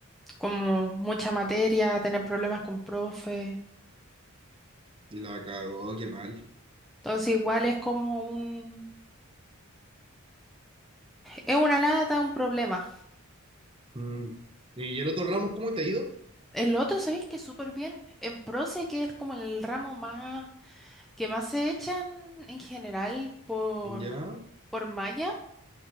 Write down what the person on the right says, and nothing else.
La cagó, qué mal.
Mm. ¿Y el otro Ramos, cómo te ha ido?
Ya,